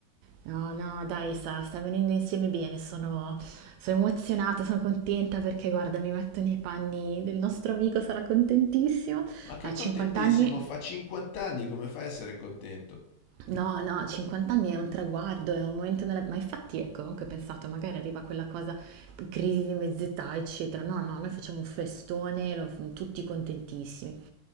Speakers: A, on the right; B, on the left.
A: No, no, dai, sta, sta venendo insieme bene, sono, sono emozionata, sono contenta perché guarda, mi metto nei panni del nostro amico, sarà contentissimo.
B: Ma che
A: Ha
B: contentissimo,
A: 50 anni,
B: fa 50 anni, come fai a essere contento?
A: No, no, 50 anni è un traguardo, è un momento nella... Ma infatti ecco, anche ho pensato, magari arriva quella cosa, crisi di mezz'età, eccetera. No, no, noi facciamo un festone, lo- tutti contentissimi.